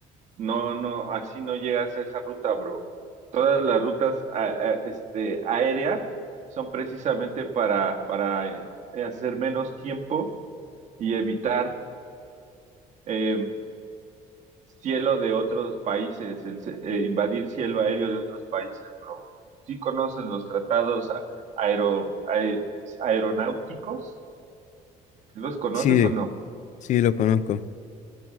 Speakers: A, on the right; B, on the left.
A: No, no, así no llegas a esa ruta, bro. Todas las rutas a- a- este, aéreas son precisamente para, para eh, hacer menos tiempo y evitar eh, cielo de otros países, el ce- eh, invadir cielo aéreo de otros países, bro. ¿Sí conoces los tratados a- aero- ae- aeronáuticos? ¿Los conoces
B: Sí,
A: o no?
B: sí, lo conozco.